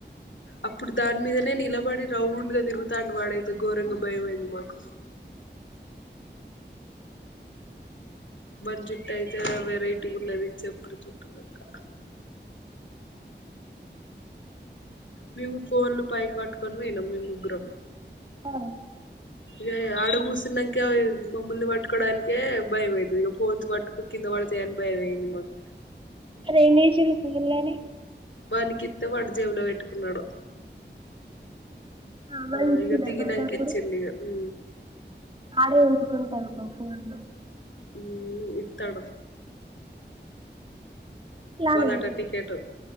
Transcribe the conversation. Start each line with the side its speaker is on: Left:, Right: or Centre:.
Left: అప్పుడు దాని మీదనే నిలబడి రౌండ్గా తిరుగుతాండు వాడైతే ఘోరంగా భయమైంది మాకు వాని జుట్టు అయితే వెరైటీగ ఉన్నది చెప్పుడు చు అదక్క మేము ఫోన్లు పైకి ట్ పట్టుకొని పోయినం మేము ముగ్గురం
Right: ఆ
Left: ఇక ఆడగుసినంక మమ్మూల్ పట్టుకోడానికే భయంమైతది ఇ ఫోన్స్ పట్టుకొని కింద పడతాయని భయమైంది మాక్
Right: అసలు ఏం చేసిరు ఫోన్లని
Left: వానికిత్త వాడు జేబులో పెట్టుకున్నాడు
Right: సామాన్లు
Left: ఆ
Right: ఇచ్చిన
Left: ఇగ దిగినంక
Right: పోయేటప్పుడు
Left: ఇచ్చిండు ఇగ ఉ
Right: ఆడే ఉంచుకుంటాయి ఫూలు
Left: ఉమ్ ఇతడు
Right: ఇలానే
Left: అట
Right: మీరు
Left: టికెట్